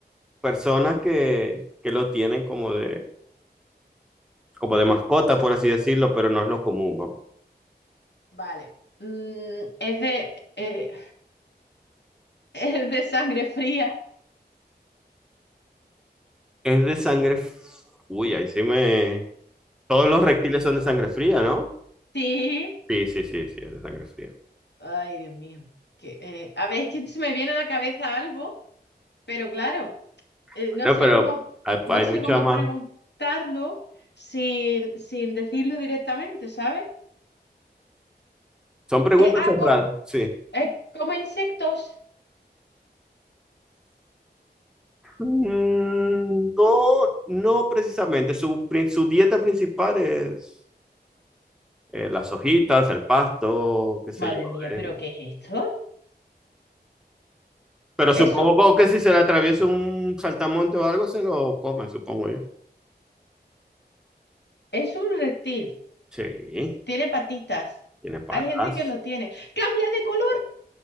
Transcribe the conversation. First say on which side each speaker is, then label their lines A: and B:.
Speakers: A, in the centre; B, on the left.
A: personas que, que lo tienen como de, como de mascota, por así decirlo, pero no es lo común, vamos.
B: Vale. Mm, es de, eh, <laughs> es de sangre fría.
A: Es de sangre. f- Uy, ahí sí me. Todos los reptiles son de sangre fría, ¿no?
B: Sí.
A: Sí, sí, sí, sí, es de sangre fría.
B: Ay, Dios mío. Que, eh, a ver, es que se me viene a la cabeza algo, pero claro, eh,
A: Bueno,
B: no sé
A: pero
B: cómo,
A: hay,
B: no
A: hay
B: sé
A: mucha
B: cómo
A: más.
B: preguntarlo sin, sin decirlo directamente, ¿sabes?
A: Son preguntas
B: Eh, ah,
A: cerradas,
B: co-
A: sí.
B: eh, come insectos.
A: Mm, No, no precisamente. Su, prin- su dieta principal es eh, las hojitas, el pasto, qué sé
B: Madre
A: yo.
B: mía,
A: eh.
B: ¿pero qué es esto?
A: Pero supongo
B: Eso
A: que si se le atraviesa un saltamonte o algo, se lo come, supongo yo.
B: es un reptil.
A: Sí,
B: Tiene patitas.
A: tiene patas.
B: Hay gente que lo tiene. ¡Cambia de color!